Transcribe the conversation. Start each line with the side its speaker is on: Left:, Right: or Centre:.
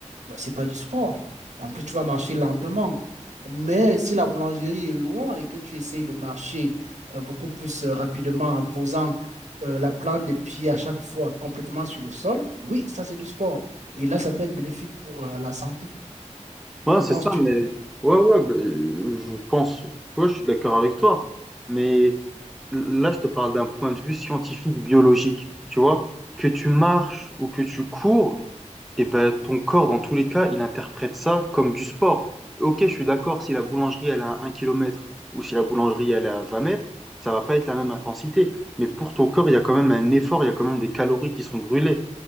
Right: ben, c'est pas du sport. En plus, tu vas marcher lentement. Mais si la boulangerie est loin et que tu essayes de marcher euh, beaucoup plus euh, rapidement en posant euh, la plante des pieds à chaque fois complètement sur le sol, oui, ça c'est du sport. Et là, ça peut être bénéfique pour euh, la santé.
Centre: Ouais,
Right: Qu'en
Centre: c'est
Right: penses-tu?
Centre: ça, mais ouais, ouais, bah, euh, je pense quoi, je suis d'accord avec toi. Mais là, je te parle d'un point de vue scientifique, biologique. Tu vois, que tu marches ou que tu cours, et ben ton corps, dans tous les cas, il interprète ça comme du sport. Ok, je suis d'accord, si la boulangerie elle est à 1 km ou si la boulangerie elle est à 20 mètres, ça va pas être la même intensité. Mais pour ton corps, il y a quand même un effort, il y a quand même des calories qui sont brûlées.